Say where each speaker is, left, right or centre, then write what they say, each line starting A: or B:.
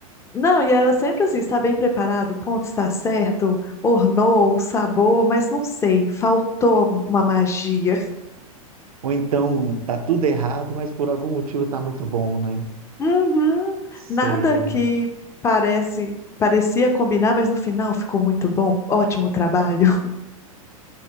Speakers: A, on the left; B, on the right.
A: não, e era sempre assim, está bem preparado, o ponto está certo, ornou o sabor, mas não sei, faltou uma magia.
B: Ou então tá tudo errado, mas por algum motivo tá muito bom, né?
A: Uhum,
B: Sei.
A: nada que parece, parecia combinar, mas no final ficou muito bom, ótimo trabalho.